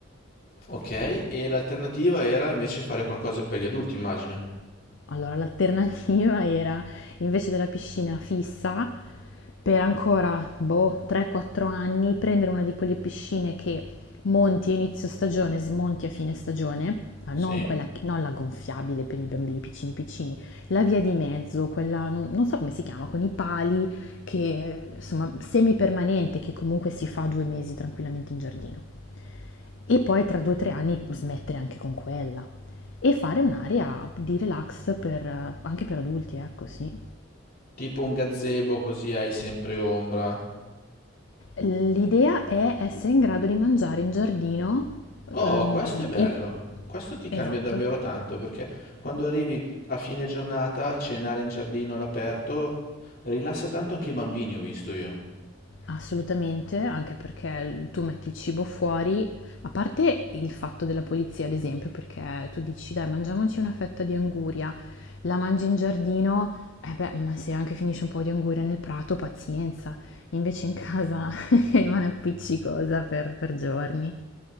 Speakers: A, on the left; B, on the left.
A: Ok, e l'alternativa era invece fare qualcosa per gli adulti, immagino.
B: Allora, l'alternativa <laughs> era invece della piscina fissa, per ancora boh, 3-4 anni, prendere una di quelle piscine che monti a inizio stagione, smonti a fine stagione, ah,
A: Sì?
B: non, quella, non la gonfiabile per i bambini piccini piccini, la via di mezzo, quella non, non so come si chiama, con i pali, che eh, insomma semipermanente, che comunque si fa due mesi tranquillamente in giardino e poi tra due o tre anni smettere anche con quella e fare un'area di relax per- anche per adulti, ecco sì.
A: Tipo un gazebo così hai sempre ombra.
B: L'idea è essere in grado di mangiare in giardino
A: Oh,
B: ehm,
A: questo è bello.
B: i-
A: Questo ti cambia
B: Esatto.
A: davvero tanto perché quando arrivi a fine giornata, cenare in giardino all'aperto, rilassa tanto anche i bambini, ho visto io.
B: Assolutamente, anche perché tu metti il cibo fuori, a parte il fatto della polizia, ad esempio, perché tu dici, dai, mangiamoci una fetta di anguria, la mangi in giardino, e beh, ma se anche finisce un po' di anguria nel prato, pazienza, invece in casa <laughs> rimane appiccicosa per, per giorni.